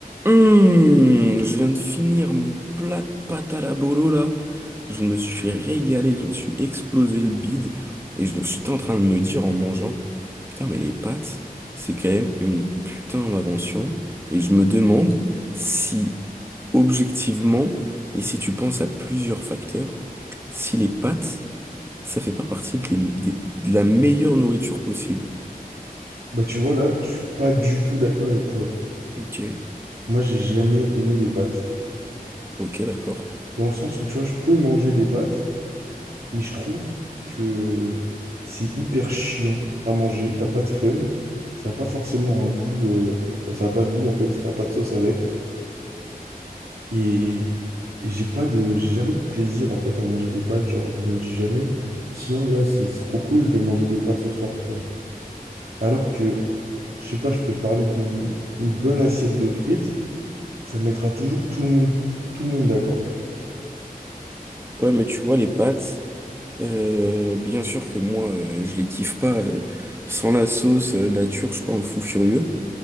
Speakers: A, on the right; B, on the right.
A: Hum, je viens de finir mon plat de pâte à la bolo là. Je me suis régalé, je me suis explosé le bide. Et je me suis en train de me dire en mangeant, putain mais les pâtes, c'est quand même une putain d'invention. Et je me demande si objectivement, et si tu penses à plusieurs facteurs, si les pâtes, ça fait pas partie de, les- des- de la meilleure nourriture possible.
B: Bah tu vois là, je suis pas du tout d'accord avec toi.
A: Ok.
B: Moi j'ai jamais aimé les pâtes.
A: Ok, d'accord.
B: Dans le sens où tu vois, je peux manger des pâtes, mais je trouve que c'est hyper chiant à manger, t'as pas de fun, ça a pas forcément un goût, euh, bah, ça a pas de goût en fait si t'as pas de sauce avec. Et, et j'ai pas de, j'ai jamais de plaisir en fait à manger des pâtes, genre je me dis jamais, tiens là c'est c'est trop cool, je vais manger des pâtes ce soir, tu vois. Alors que, je sais pas, je peux te parler d'une une bonne assiette de frites. Ça mettra toujours tout le monde, tout le monde d'accord. tu
A: Ouais, mais tu vois, les pâtes. Euh, bien sûr que moi, euh, je les kiffe pas euh, sans la sauce euh, nature, je suis pas un fou furieux.